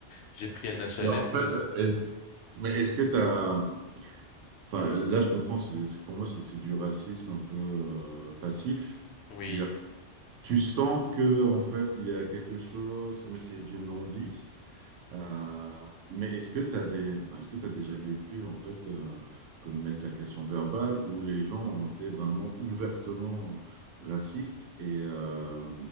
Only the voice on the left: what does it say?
j'ai pris un HLM
parce que,
oui.